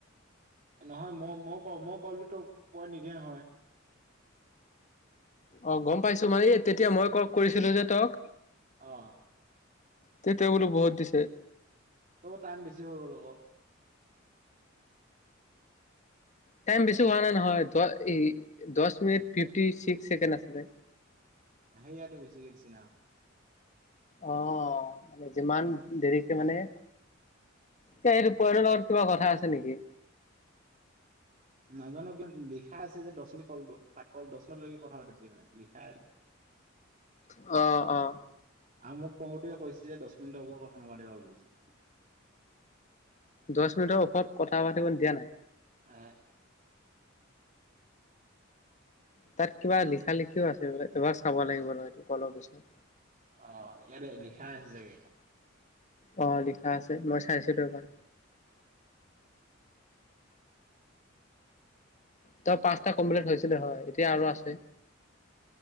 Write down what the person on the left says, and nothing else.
অ, গম পাইছো মানে এই তেতিয়া মই ক'ল কৰিছিলো যে তক
তে, তেওঁ বুলো বহুত দিছে।
টাইম বেছি হোৱা নাই নহয় দ এই দছ মিনিট ফিফটি ছিক্স ছেকেণ্ড আছিলে।
অ, মানে যিমান দেৰিকে মানে তেইৰ পৰণৰ কিবা কথা আছে নেকি।
অ', অ'।
দছ মিনিটৰ ওপৰত কথা পাতিব দিয়া নাই।
তাত কিবা লিখা, লিখিও আছে বোলে এবাৰ চাব লাগিব ৰ এইটো কলৰ পিছত।
অ, লিখা আছে, মই চাইছিলো এবাৰ। ত, পাঁচটা কমপ্লিট হৈছিলে হয় এতিয়া আৰু আছে।